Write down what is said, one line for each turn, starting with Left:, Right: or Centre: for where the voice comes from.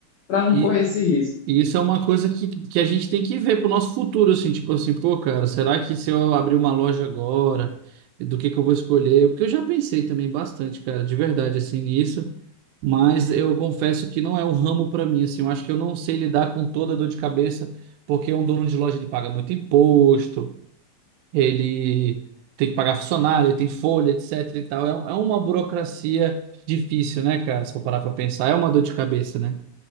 Left: para não
Right: E,
Left: correr esse risco.
Right: E isso é uma coisa que, que a gente tem que ver pro nosso futuro, assim, tipo assim, pô, cara, será que se eu abrir uma loja agora, do que que eu vou escolher? Porque eu já pensei também bastante, cara, de verdade, assim, nisso, mas eu confesso que não é um ramo pra mim, assim, eu acho que eu não sei lidar com toda a dor de cabeça, porque um dono de loja, ele paga muito imposto, ele tem que pagar funcionário, ele tem folha, etc e tal, é, um- é uma burocracia difícil, né, cara, se for parar pra pensar, é uma dor de cabeça, né?